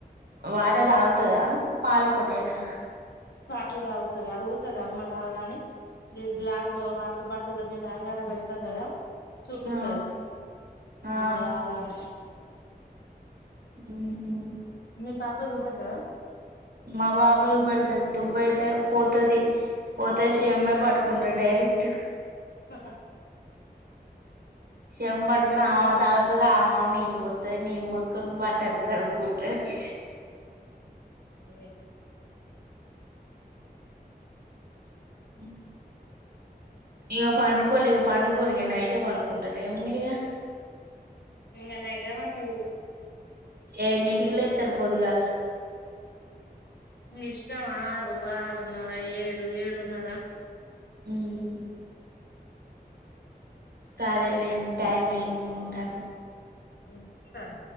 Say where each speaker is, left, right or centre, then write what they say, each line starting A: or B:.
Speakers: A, on the right; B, on the left.
A: వాట తాగుతదా. పలొక్కటేనా.
B: టుతగుతది అడుగుతది అమ్మలా అలా అని ఈ గ్లాస్ వాటర్ బాటిల్ మేం దాగి ఆడాపెడతాం గదా. చూపిత్తది
A: ఆ ఆ
B: అమ్మలలా అని
A: హు హ్మ్
B: మీ పాప జూపెట్టదా.
A: మా బాపజుపెడ్తాదీ దువ్వైతే పోత్. ఇత్యాది పొదేశ్. ఎమ్మైపడ్కుండ్రు డైరెక్టు.
B: ఆహా
A: చెమ్మ్ పట్టుకుని ఆ తాగతది ఆమని నీళ్ళు పొత్తది నీళ్ళు పోసుకొని బట్టంత తడుగుకుంటది.
B: <unintelligible>
A: హు హా. ఇగా పండుకోలే ఇగ పాన్. గురిగే నైటేపోనుకుంటలే మీరిగా.
B: ఇంగ నైట్ ఏమో ఉంటది ఇగ
A: ఎన్నింటికిలేత్తారు పొద్దుగాల.
B: నిష్టం ఆరు ఆరున్నర ఏడు ఏడున్నర.
A: ఉమ్. సరేలేండి టైం అయింది ఉంటాను.
B: హు సరే.